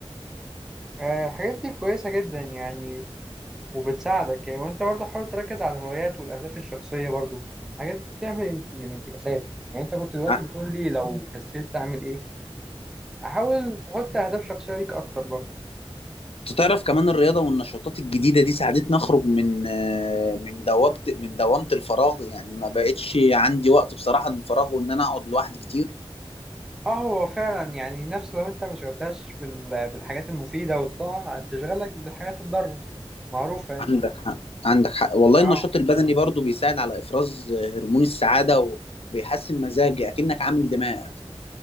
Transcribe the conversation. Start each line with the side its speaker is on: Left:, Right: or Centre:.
Centre: آه، الحاجات دي كويسة جدا يعني وبتساعدك يعني وانت برضه حاول تركز على الهوايات والاهداف الشخصية برضه الحاجات دي بتعمل انت- من انتكاسات يعني انت كنت دلوقتي
Left: ع-
Centre: بتقول لي لو كسلت اعمل ايه حاول تحط اهداف شخصية ليك اكتر برضه
Left: تعرف كمان الرياضة والنشاطات الجديدة دي ساعدتني أخرج من آه، من دوامة من دوامة الفراغ يعني ما بقتش عندي وقت بصراحة للفراغ وإن أنا أقعد لوحدي كتير
Centre: اه هو فعلا يعني النفس لو انت ما شغلتهاش بال- بالحاجات المفيدة والطاعة هتشغلك بالحاجات الضارة معروفة يعني
Left: عندك حق عندك حق والله
Centre: اه
Left: النشاط البدني برضو بيساعد على إفراز هرمون السعادة وبيحسن مزاجي أكنك عامل دماغ